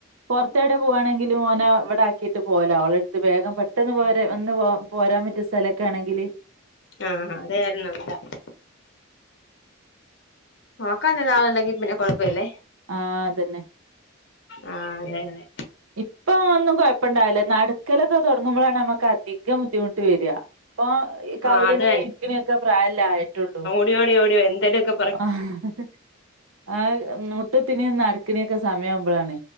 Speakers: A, on the right; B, on the left.
A: പൊർത്തെവ്ടെ പോവാണെങ്കിലും ഓനെ ഇവടാക്കീട്ട് പോവലാ, ഓളെട്ത്ത്. വേഗം പെട്ടെന്ന് പോ വന്ന് പോ പോരാൻ പറ്റിയ സ്ഥല ക്കാണെങ്കില്
B: ആഹാ അതായിരുന്നു നല്ല നോക്കാനൊരാള്ണ്ടെങ്കി പിന്നെ കൊഴപ്പ ഇല്ലേ.
A: ആഹ് അതെന്നെ.
B: ആഹ് അതെ അതെ
A: ഇപ്പോ ഒന്നും കൊഴപ്പണ്ടാവില്ല, നടക്കലൊക്കെ തൊട്ങ്ങുമ്പളാണ് നമുക്ക് അധികം ബുദ്ധിമുട്ട് വര. ഇപ്പൊ കൗല്ണിം
B: ആഹ് അത്
A: ഇര്ക്കിണ്യൊക്കെ പ്രായല്ലെ ആയിട്ടുള്ളൂ.
B: <unintelligible> എന്തേലൊക്കെ
A: ആഹ ഹ അത് മുട്ട്ത്തിണിം നടക്ക്ണ്യൊക്കെ സമയാവുമ്പളാണ്